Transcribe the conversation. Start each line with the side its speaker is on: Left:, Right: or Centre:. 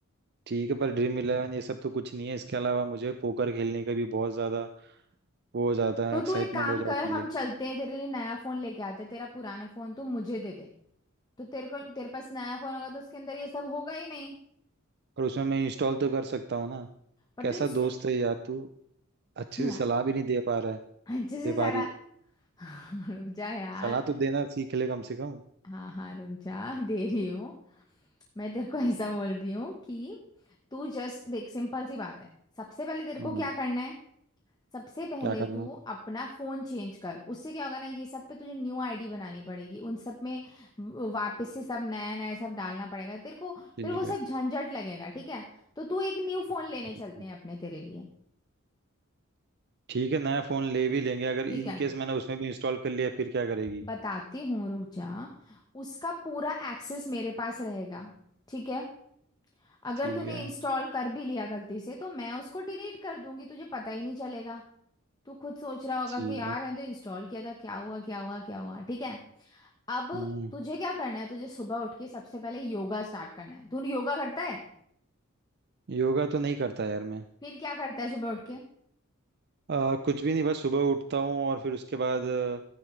Right: ठीक है पर ड्रीम इलेवन ये सब तो कुछ नहीं है इसके अलावा मुझे पोकर खेलने का भी बहुत ज्यादा वो हो जाता
Left: तो
Right: है एक्साइटमेंट
Left: तू एक काम
Right: हो जाती
Left: कर हम
Right: है
Left: चलते हैं तेरे लिए नया फोन लेके आते हैं तेरा पुराना फोन तू मुझे दे दे तो तेरे को तेरे पास नया फोन होगा तो उसके अंदर ये सब होगा ही नहीं
Right: और उसमें मैं इंस्टॉल तो कर सकता हूँ ना
Left: पर
Right: कैसा
Left: तू इंस्टा
Right: दोस्त है यार तू अच्छे
Left: यार
Right: से सलाह भी नहीं दे पा रहा है
Left: अच्छे से
Right: दे पा
Left: साला
Right: रही
Left: <laughs>
Right: है
Left: रुक जा यार
Right: सलाह तो देना सीख ले कम से कम
Left: हाँ हाँ रुक जा दे रही हूँ मैं तेरे को ऐसा बोल रही हूँ कि तू जस्ट देख सिंपल सी बात है सबसे पहले तेरे को
Right: हम्म
Left: क्या करना है सबसे पहले
Right: क्या करना
Left: तू
Right: है
Left: अपना फोन चेंज कर उससे क्या होगा ना ये सब पे तुझे न्यू आईडी बनानी पड़ेगी उन सब में व- वापस से सब नया नया सब डालना पड़ेगा तेरे को
Right: ठीक
Left: फिर वो सब
Right: है
Left: झंझट लगेगा ठीक है तो तू एक न्यू फोन लेने
Right: हम्म,
Left: चलते हैं अपने तेरे लिए
Right: ठीक है नया फोन ले भी लेंगे अगर इन
Left: ठीक है
Right: केस मैंने उसमें भी इंस्टॉल कर लिया फिर क्या करेगी
Left: बताती हूँ रुक जा उसका पूरा एक्सेस मेरे पास रहेगा ठीक है अगर
Right: ठीक
Left: तूने
Right: है
Left: इंस्टॉल कर भी लिया गलती से तो मैं उसको डिलीट कर दूंगी तुझे पता ही नहीं चलेगा तू खुद सोच रहा होगा
Right: ठीक
Left: कि यार
Right: है
Left: मैंने तो इंस्टॉल किया था क्या हुआ क्या हुआ क्या हुआ ठीक है अब
Right: हम्म
Left: तुझे क्या करना है तुझे सुबह उठ के सबसे पहले योगा स्टार्ट करना है तू योगा करता है
Right: योगा तो नहीं करता यार मैं
Left: फिर क्या करता है सुबह उठ के
Right: अ, कुछ भी नहीं बस सुबह उठता हूँ और फिर उसके बाद अ,